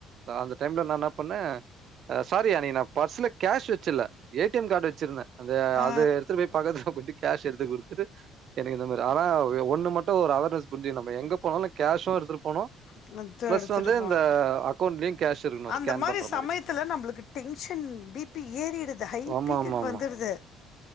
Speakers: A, on the right; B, on the left.
A: அந்த டைம்ல நா என்ன பண்ணே சாரி அன்னைக்கு நீ நா பர்சுல கேஷ் வச்சுல ஏ டி எம் கார்டு வச்சிருந்தே அ
B: ஆ,
A: அது எடுத்துட்டு போய் பக்கத்துல பொய்ட்டு கேஷ் எடு்த்து குடுத்துட்டு எனக்கு இந்த மாரி ஆனா ஒண்ணு மட்டு ஒரு அவேர்னஸ் புரிஞ்சுது நம்ம எங்க போனாலு கேஷு எடுத்துட்டு போனு
B: பணத்த
A: பிளஸ்
B: எடுத்துட்டு
A: வந்து
B: போனு
A: இந்த அக்கௌண்ட்லயு கேஷ் இருக்கணு
B: அந்த
A: ஸ்கேன்
B: மாரி
A: பண்ற
B: சமயத்துல நம்பளுக்கு டென்ஷன் பீபி ஏறிடுது ஹை
A: ஆமா
B: பீக்குக்கு
A: ஆமா ஆமா
B: வந்துடுது